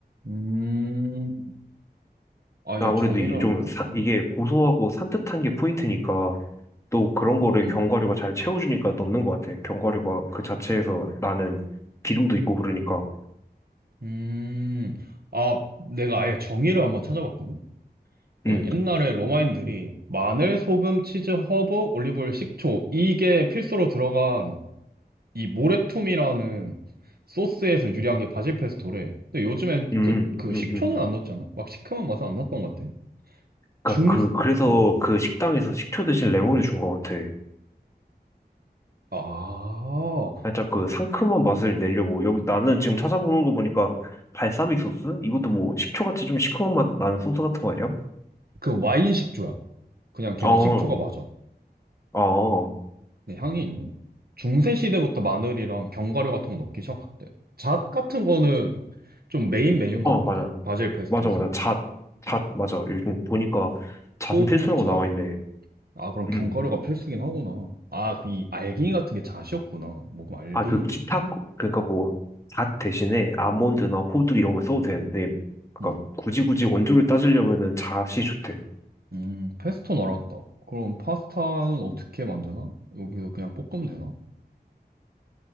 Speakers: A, on the right; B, on the left.
A: 음, 아예
B: 아무래도
A: 정의를
B: 이게 좀,
A: 한번 봐볼까?
B: 사- 이게 고소하고 산뜻한 게 포인트니까 또 그런 거를
A: 음,
B: 견과류가 잘 채워주니까 넣는 것 같아. 견과류가 그 자체에서 나는 기름도 있고 그러니까.
A: 음, 아 내가 아예 정의를 한번 찾아봤거든. 그
B: 음,
A: 옛날에 로마인들이 마늘, 소금, 치즈, 허브, 올리브오일, 식초 이게 필수로 들어간 이 모래툼이라는 소스에서 유리한 게 바질 페스토래. 근데 요즘엔
B: 음,
A: 또 그
B: 음,
A: 식초는
B: 음.
A: 안 넣었잖아? 막 시큼한 맛은 안 났던 것 같아.
B: 그니까
A: 중,
B: 그, 그래서
A: 어.
B: 그 식당에서 식초 대신 레몬을 준 것 같아.
A: 아,
B: 살짝 그 상큼한 맛을 내려고. 여기 나는 지금 찾아보는 거 보니까 발사믹 소스? 이것도 뭐 식초같이 좀 시큼한 맛 나는 소스 같은 거 아니야?
A: 그 와인 식초야. 그냥 걔도
B: 어.
A: 식초가 맞아.
B: 어,
A: 근데 향이 있네? 중세 시대부터 마늘이랑 견과류 같은 거 넣기 시작했대. 잣 같은 거는 좀 메인 메뉴인가
B: 어,
A: 본데?
B: 맞아.
A: 바질 페스토에서?
B: 맞아, 맞아. 잣, 잣, 맞아. 요즘 보니까 잣은
A: 호두
B: 필수라고
A: 잣.
B: 나와 있네.
A: 아, 그럼
B: 음.
A: 견과류가 필수긴 하구나. 아, 그 이 알갱이 같은 게 잣이었구나. 뭐면 알갱이
B: 아, 그 기타,
A: 있네.
B: 그러니까 뭐, 잣 대신에 아몬드나
A: 음,
B: 호두 이런 걸 써도 되는데, 그러니까
A: 음,
B: 굳이 굳이 원조를 따지려면은 잣이 좋대.
A: 음, 페스토는 알았다. 그럼 파스타는 어떻게 만드나? 여기서 그냥 볶으면 되나?